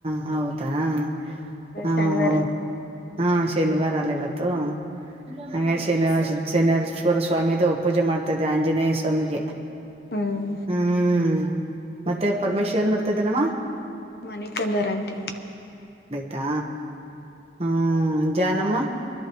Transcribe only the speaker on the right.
ಹೌದು ಹಾ ಹಾ
ಹಾ ಹಾ ಶನಿವಾರ ಇವತ್ತು ಹನ ಶನೇಶ್ವರ ಸ್ವಾಮಿು ಪೂಜೆ ಮಾಡ್ತಾೆ ಆಂಜನೇಯ ಸ್ವಾಮಿಗೆ
ಹ್ಮ ಮತ್ತೆ ಪರಮೇಶ್ವರ್ ಏನ್ ಮಾಡ್ ದಿನವಾ
ತಾ ಹ್ಮ ಜಾನಮ್ಮ